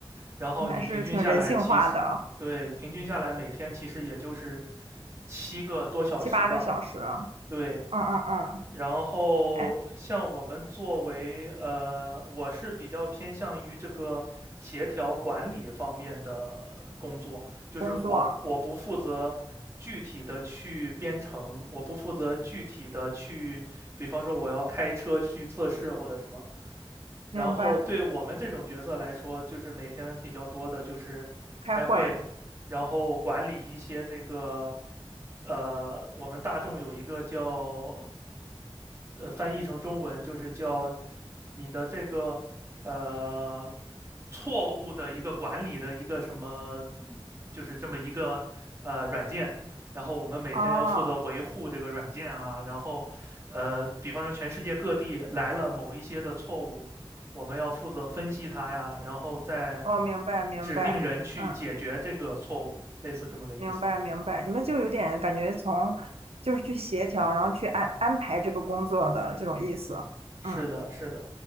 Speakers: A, on the right; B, on the right.
A: 然后你平均下来，
B: 还是挺人性化的，
A: 其实，对，平均下来每天其实也就是七个多小时吧，
B: 七八个小时？嗯
A: 对。
B: 嗯嗯，
A: 然后像我们作为呃，
B: 哎，
A: 我是比较偏向于这个协调管理方面的工作，就是我我不负责具体的去编程，
B: 工作，
A: 我不负责具体的去，比方说我要开车去测试或者什么，然后对我们这种角色来说，
B: 明白，
A: 就是每天比较多的就是开会，
B: 开会。
A: 然后管理一些那个，呃，我们大众有一个叫，呃，翻译成中文就是叫你的这个呃错误的一个管理的一个什么，就是这么一个呃软件。然后我们每天要负责维护这个软件啊，
B: 哦，
A: 然后，呃，比方说全世界各地来了某一些的错误，我们要负责分析它呀，然后再
B: 哦，明白明白，
A: 指定人去解决这个错误，
B: 嗯，
A: 类似这么个意思。
B: 明白明白，你们就有点感觉从就是去协调，然后去安安排这个工作的这种意思，
A: 是的，
B: 嗯，
A: 是的，